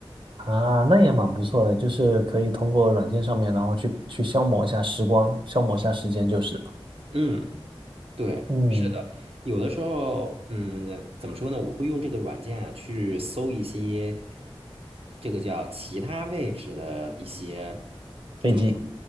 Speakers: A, on the right (about 55°); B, on the right (about 75°).
A: 啊，那也蛮不错的，就是可以通过软件上面，然后去去消磨一下时光，消磨一下时间就是了
B: 嗯对，
A: 嗯，
B: 是的，有的时候，嗯，怎么说呢？我会用这个软件啊，去搜一些这个叫其他位置的一些
A: 飞机。
B: 怎么说？